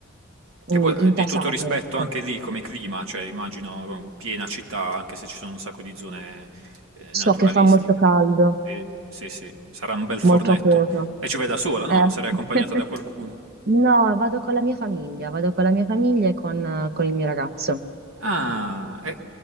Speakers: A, on the right; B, on the right.
A: che
B: mm,
A: poi
B: intasato,
A: eh, di tutto rispetto
B: ecco.
A: anche lì come clima, cioè immagino eh, piena città, anche se ci sono un sacco di zone eh,
B: So
A: naturalistiche.
B: che fa molto caldo,
A: Sì, sì, sì, sarà un bel fornetto.
B: molto acquoso.
A: E ci vai da sola, no?
B: Eh.
A: Sarai accompagnata
B: <laughs>
A: da qualcuno.
B: No, vado con la mia famiglia, vado con la mia famiglia e con, con il mio ragazzo.
A: Ah, e-